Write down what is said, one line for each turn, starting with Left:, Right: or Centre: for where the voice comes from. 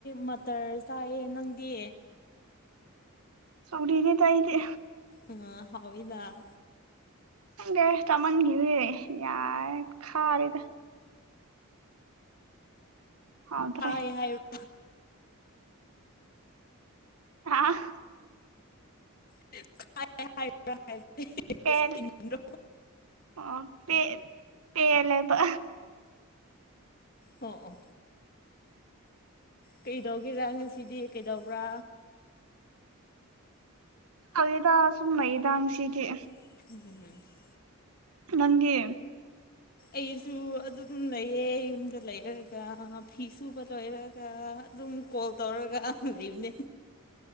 Left: ꯃꯇꯔ ꯆꯥꯏꯌꯦ ꯅꯪꯗꯤ
Right: ꯁꯧꯗꯤꯅꯤꯗ ꯑꯩꯗꯤ
Left: ꯑ ꯍꯥꯎꯏꯗꯥ
Right: ꯈꯪꯗꯦ ꯆꯃꯥꯟꯒꯤꯔꯦ ꯌꯥꯔꯦ ꯈꯥꯔꯦꯗ ꯍꯥꯎꯇ꯭ꯔꯦ
Left: ꯈꯥꯏ ꯍꯥꯏꯔ
Right: ꯑ
Left: <inaudible> ꯍꯥꯏꯕ꯭ꯔꯥ
Right: ꯄꯦꯜ ꯑꯣ ꯄꯦ ꯄꯦꯜꯂꯦꯕ꯫
Left: ꯑꯣ ꯑꯣ ꯀꯩꯗꯧꯒꯦꯔꯥ ꯉꯁꯤꯗꯤ ꯀꯩꯗꯧꯕ꯭ꯔꯥ꯫
Right: ꯐꯒꯤꯗ ꯁꯨꯝ ꯂꯩꯗ ꯉꯁꯤꯗꯤ꯫
Left: <unintelligible>
Right: ꯅꯪꯗꯤ꯫
Left: ꯑꯩꯁꯨ ꯑꯗꯨꯝ ꯂꯩꯌꯦ ꯌꯨꯝꯗ ꯂꯩꯔꯒ ꯐꯤ ꯁꯨꯕ ꯂꯣꯏꯔ ꯒ ꯑꯗꯨꯝ ꯀꯣꯜ ꯇꯧꯔꯒ ꯂꯩꯕꯅꯦ꯫